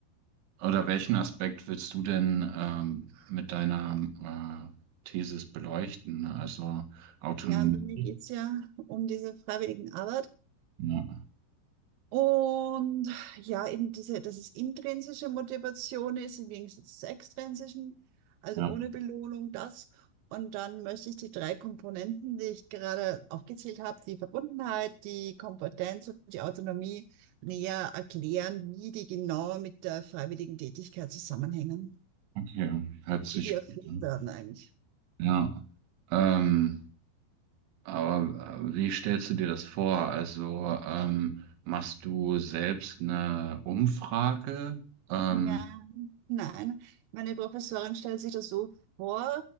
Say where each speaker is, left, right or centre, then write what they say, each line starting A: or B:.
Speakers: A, on the right; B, on the right.
A: oder welchen Aspekt willst du denn ähm, mit deiner äh, Thesis beleuchten? Also Autonomie?
B: Ja, bei mir geht es ja um diese freiwilligen Arbeit.
A: Ja,
B: Und ja, eben diese, dass es intrinsische Motivation ist im Gegensatz zur extrinsischen, also
A: ja,
B: ohne Belohnung, das. Und dann möchte ich die drei Komponenten, die ich gerade aufgezählt habe, die Verbundenheit, die Kompetenz und die Autonomie, näher erklären, wie die genau mit der freiwilligen Tätigkeit zusammenhängen.
A: okay, hört sich
B: wie die erfüllt
A: gut an.
B: werden eigentlich.
A: Ja, ähm, Aber äh, wie stellst du dir das vor? Also ähm, machst du selbst eine Umfrage? Ähm,
B: Ja. Nein, meine Professorin stellt sich das so vor,